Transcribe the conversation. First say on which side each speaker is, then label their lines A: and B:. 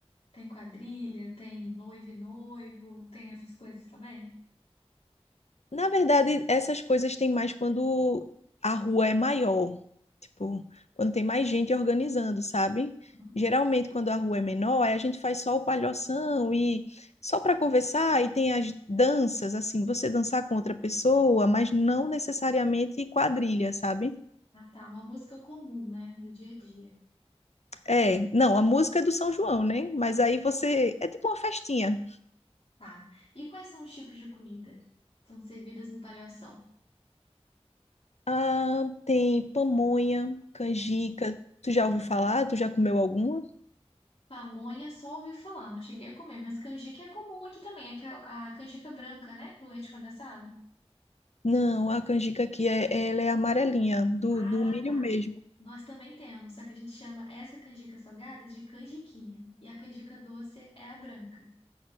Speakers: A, on the left (about 55°); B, on the left (about 75°).
A: Tem quadrilha, tem noivo e noivo, tem essas coisas também?
B: Na verdade, essas coisas tem mais quando a rua é maior, tipo, quando tem mais gente organizando, sabe?
A: Uhum.
B: Geralmente, quando a rua é menor, aí a gente faz só o palhoção e só para conversar, e tem as danças, assim, você dançar com outra pessoa, mas não necessariamente quadrilha, sabe?
A: Ah, tá. Uma música comum, né, do dia a dia.
B: É, não, a música é do São João, né? Mas aí você. É tipo uma festinha.
A: Tá. E quais são os tipos de comida? que São servidas no palhação?
B: Ah, tem pamonha, canjica. Tu já ouviu falar? Tu já comeu alguma?
A: Pamonha só ouvi falar, não cheguei a comer, mas canjica é comum aqui também, aquela- a canjica branca, né? Com leite condensado.
B: Não, a canjica aqui é, ela é amarelinha, do,
A: Ah,
B: do milho
A: tá.
B: mesmo.
A: Nós também temos, só que a gente chama essa canjica salgada de canjiquinha. E a canjica doce é a branca.